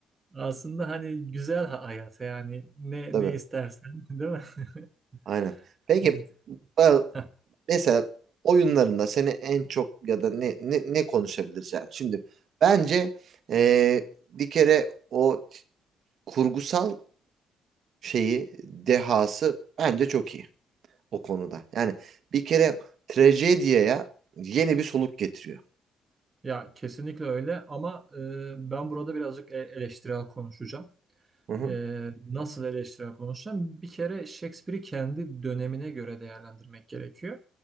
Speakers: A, on the right (about 30°); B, on the right (about 60°).
A: Aslında hani güzel ha- hayat yani ne
B: Tabii.
A: ne istersen <laughs> değil mi? <laughs>
B: Aynen. Peki
A: Evet.
B: e,
A: Heh.
B: mesela oyunlarında seni en çok ya da ne ne, ne konuşabiliriz yani? Şimdi bence e, bir kere o t- kurgusal şeyi dehası bence çok iyi o konuda. Yani bir kere trajediyaya yeni bir soluk getiriyor.
A: Ya kesinlikle öyle ama e, ben burada birazcık e- eleştirel konuşacağım.
B: Hı hı.
A: E, nasıl eleştirel konuşacağım? Bir kere Shakespeare'i kendi dönemine göre değerlendirmek gerekiyor.